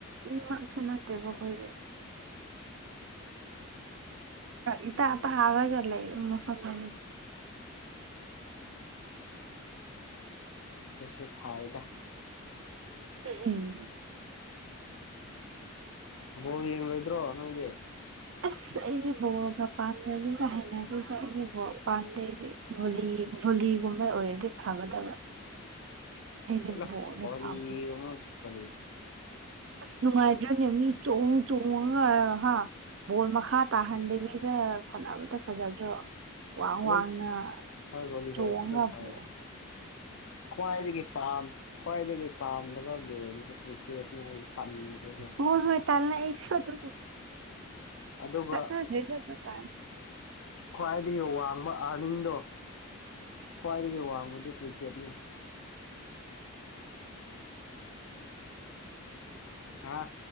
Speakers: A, on the right; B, on the left.
A: ꯏꯪꯃꯛꯁꯨ ꯅꯠꯇꯦꯕ ꯑꯩꯈꯣꯏꯒꯤ
B: <unintelligible>
A: ꯏ
B: ꯑꯥ
A: ꯑ ꯍꯥꯋꯥꯒꯂ ꯃꯁꯗ
B: ꯀꯁꯦ ꯐꯥꯏꯗ
A: ꯎꯝ
B: ꯕꯣ ꯌꯦꯡꯂꯡꯔꯣꯏꯗ꯭ꯔꯣ ꯅꯪꯒꯤ
A: ꯑꯁ ꯑꯩꯅꯦ ꯕꯣꯑꯒ ꯄꯥꯝꯅꯕꯤꯗ ꯍꯩꯅꯕꯤꯗ ꯑꯩꯅꯕ ꯄꯥꯝꯖꯩꯁ ꯣꯂꯤ ꯚꯨꯂꯤꯒꯨꯝꯕ ꯑꯣꯏꯔꯗꯤ ꯐꯒꯗꯕ
B: <unintelligible>
A: ꯑꯩꯗꯤ
B: ꯍꯂꯣ
A: ꯕꯣꯜꯗꯤ
B: ꯣ ꯑꯃꯃ
A: ꯄꯥꯝꯗꯦ
B: ꯀ
A: ꯑꯁ ꯅꯨꯡꯉꯥꯏꯗ꯭ꯔꯅꯦ ꯃꯤ ꯆꯣꯡ ꯆꯣꯡꯉꯒ ꯍꯥ ꯕꯣꯜ ꯃꯈꯥ ꯇꯥꯍꯟꯗꯦꯕꯤꯗ ꯁꯥꯟꯅꯕꯇ ꯐꯖꯗ꯭ꯔꯣ ꯋꯥꯡ
B: ꯑꯗꯨꯝ
A: ꯋꯥꯡꯅ
B: ꯍꯣꯏ ꯚꯣꯂꯤꯕꯣꯜꯁꯨ
A: ꯇꯣꯉ
B: ꯑꯗꯨꯝ ꯐꯩ
A: ꯄ
B: ꯈ꯭ꯋꯥꯏꯗꯒꯤ ꯄꯝ ꯈ꯭ꯋꯥꯏꯗꯒꯤ ꯄꯥꯝꯗꯕ ꯒꯦꯝꯁꯦ ꯀ꯭ꯔꯤꯛꯀꯦꯠꯅꯤ ꯍꯥꯏ ꯇꯟꯁꯨ
A: ꯍꯣꯏ ꯍꯣꯏ ꯇꯜꯂꯦ ꯑꯩꯁꯨ ꯇ
B: ꯑꯗꯨꯒ
A: ꯆꯠꯅꯖ ꯇ ꯀ
B: ꯈ꯭ꯋꯥꯏꯗꯒꯤ ꯋꯥꯡꯕ ꯑꯥꯔꯅꯤꯡꯗꯣ ꯈ꯭ꯋꯥꯏꯗꯒꯤ ꯋꯥꯡꯕꯗꯤ ꯀ꯭ꯔꯤꯛꯀꯦꯠꯅꯤ ꯍꯥꯥ